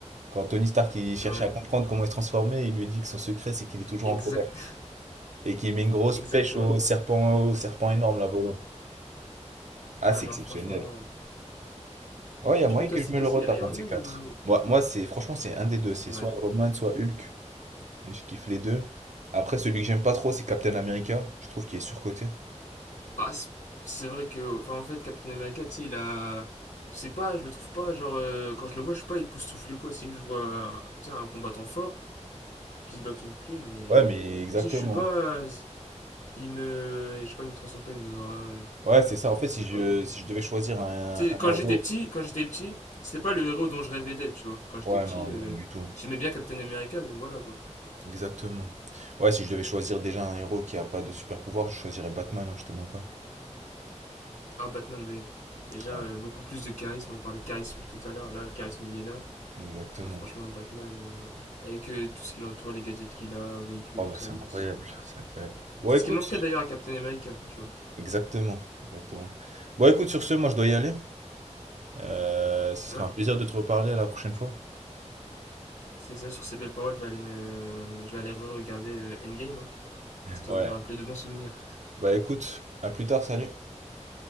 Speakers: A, on the right (about 75°); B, on the left (about 70°).
A: Quand Tony Stark il cherchait
B: Ouais,
A: à comprendre comment il se transformait, il lui dit que son secret c'est qu'il est toujours
B: exact...
A: en colère
B: <laughs>
A: et qu'il met une grosse
B: exactement.
A: pêche au serpent, au serpent énorme là volant. Ah,
B: Ah
A: c'est
B: non,
A: exceptionnel.
B: franchement.
A: Ouais, il
B: Et
A: y a
B: du
A: moyen
B: coup, toi,
A: que
B: c'est
A: je me
B: qui
A: le
B: C'est
A: retape,
B: Iron
A: un de
B: Man
A: ces quatre.
B: ou
A: Moi,
B: Hulk
A: moi c'est franchement c'est un des deux, c'est
B: Ouais.
A: soit Iron Man, soit Hulk. Et Je kiffe les deux. Après, celui que j'aime pas trop, c'est Captain America. Je trouve qu'il est surcoté.
B: Ah, c'est- c'est vrai que. Enfin, en fait, Captain America, tu sais, il a. C'est pas, je le trouve pas, genre, euh, quand je le vois, je sais pas, il souffle quoi. Si je vois, tu sais, un combattant fort qui se bat avec son bouclier, mais.
A: Ouais, mais exactement.
B: Tu sais, je suis pas. euh, Il me. Je sais pas, il me transcende pas, il me donnera. euh,
A: Ouais, c'est ça. En fait,
B: C'est
A: si je,
B: pas.
A: si je devais choisir un,
B: Tu
A: un
B: sais, quand
A: héros.
B: j'étais petit, quand j'étais petit, c'était pas le héros dont je rêvais d'être, tu vois. Quand j'étais
A: Ouais,
B: petit,
A: non,
B: euh,
A: ouais, du tout.
B: j'aimais bien Captain America, mais voilà quoi.
A: Exactement. Ouais, si je devais choisir déjà un héros qui a pas de super pouvoir, je choisirais Batman, hein, je te mens pas.
B: Ah, Batman, bah, oui. déjà
A: Ouais,
B: euh, beaucoup plus de charisme. On parlait de charisme tout à l'heure. Là, le charisme, il est là.
A: exactement.
B: Non, franchement, Batman, euh, avec euh, tout ce qui l'entoure, les gadgets qu'il a, véhicules,
A: Oh,
B: tout
A: bah,
B: ça,
A: c'est
B: non,
A: incroyable,
B: c'est.
A: c'est incroyable. Bon,
B: C'est
A: écoute,
B: ce qui manquerait d'ailleurs à Captain America, tu vois.
A: exactement, exactement. Bon, écoute, sur ce, moi, je dois y aller. Euh, ce sera
B: Ouais,
A: un plaisir de te reparler à la prochaine fois.
B: c'est ça, sur ces belles paroles, je vais aller, me... je vais aller re-regarder euh, Endgame, hein, histoire
A: Ouais,
B: de me rappeler de bons souvenirs.
A: bah, écoute, à plus tard, salut.